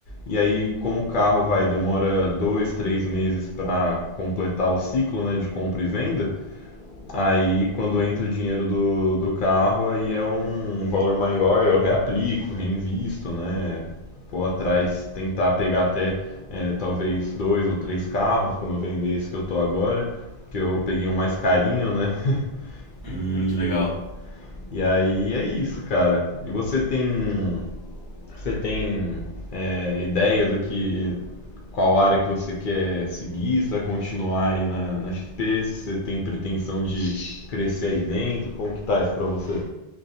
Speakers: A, on the left; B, on the right.
A: E aí, como o carro vai, demora dois, três meses para completar o ciclo, né, de compra e venda. Aí, quando entra o dinheiro do, do carro, aí é um valor maior, eu reaplico, reinvisto, né? Vou atrás tentar pegar até é, talvez dois ou três carros quando eu vender esse que eu tô agora, que eu peguei um mais carinho, né?
B: Hum,
A: E,
B: que legal.
A: e aí é isso, cara. E você tem, você tem é, ideia do que qual área que você quer seguir, se vai continuar aí na, na XP, se você tem pretensão de crescer aí dentro, como que tá isso pra você?